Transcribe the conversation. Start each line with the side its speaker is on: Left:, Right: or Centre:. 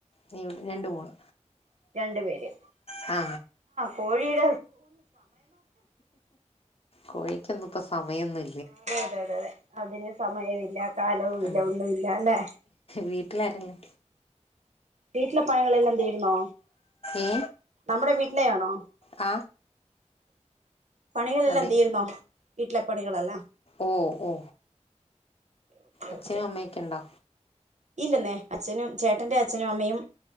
Left: നീ ഇവിടെ രണ്ട് മോള്
Right: രണ്ടു പേര്
Left: ആ
Right: കോഴീട
Left: കോയിക്കന്ന ഇപ്പ മയൊന്നു
Right: അതെ അതെ അതെ അതെ അതിന് സമയല്ല കാലവും
Left: ഉം
Right: ഇലൊന്നുമ ഇല്ല അല്ലെ
Left: വീട്ടിലാരല്ലേ
Right: വീട്ടില പണങ്ങളെല്ലാം തീരുന്നൊ
Left: ഏ
Right: നമ്മുടെ വീ ഇല്ലയാണോ
Left: ആ
Right: പണികളെല്ലാം
Left: അതെ
Right: തീരുന്നോ വീട്ടിലെപ്പണികല്ലാ
Left: ഓ ഓ
Right: ഓക്കെ
Left: അച്ഛനും
Right: ഓക്കെ
Left: അമ്മയൊക്കെ ഉണ്ടോ
Right: ഇല്ലെന്നേ അച്ഛനും ചേട്ടന്റെ അച്ഛനും അമ്മയും